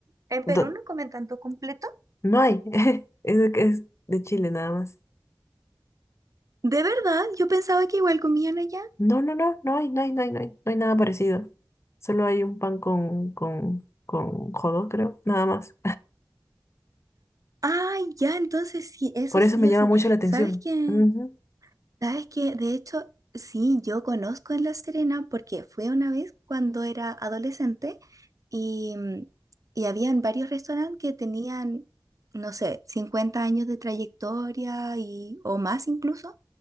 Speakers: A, on the right (about 45°); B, on the left (about 35°).
A: ¿En Perú
B: Do-
A: no comen tanto completo?
B: no hay. <laughs> Es de, es de Chile nada más.
A: ¿De verdad? Yo pensaba que igual comían allá.
B: No, no, no, no hay, no hay, no hay, no hay. No hay nada parecido. Solo hay un pan con, con, con jodo, creo. Nada más.
A: Ay, ya, entonces sí, eso
B: Por
A: sí
B: eso me llama
A: o sí.
B: mucho la atención.
A: ¿Sabes qué?
B: Ujú.
A: ¿Sabes qué? De hecho, sí, yo conozco en La Serena porque fui una vez cuando era adolescente y, mm, y habían varios restaurantes que tenían, no sé, 50 años de trayectoria y, o más incluso.